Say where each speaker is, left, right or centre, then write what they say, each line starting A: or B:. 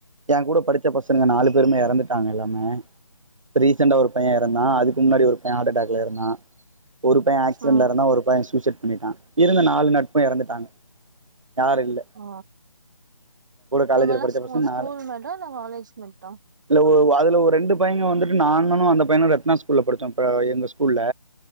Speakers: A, on the right (about 75°); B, on the right (about 35°).
A: ஏங்கூட படிச்ச பசங்க நாலு பேருமே எறந்துட்டாங்க எல்லாமே இப்ப ரீசன்டா ஒரு பையே எறந்தா அதுக்கு முன்னாடி ஒரு பையே ஹார்ட்டட்டாக்ல எறந்தா ஒரு பையே ஆக்சிடெண்ட்ல
B: ம்
A: எறந்தா ஒரு பையே சூசைட் பண்ணிட்டா இருந்த நாலு நட்பு எறந்துட்டாங்க யாருயில்ல
B: ஓ
A: காலேஜ்ல
B: இவங்கெல்லா
A: படிச்ச
B: ஸ்கூ
A: பசங்க
B: ஸ்கூல்
A: நாலு
B: மேட்டா இல்ல காலேஜ் மேட்டா
A: இல்ல அதுல ஒரு ரெண்டு பைய்யங்க வந்துட்டு நாங்களு அந்த பையனு ரத்னா ஸ்கூல்ல படிச்சோ ப எங்க ஸ்கூல்ல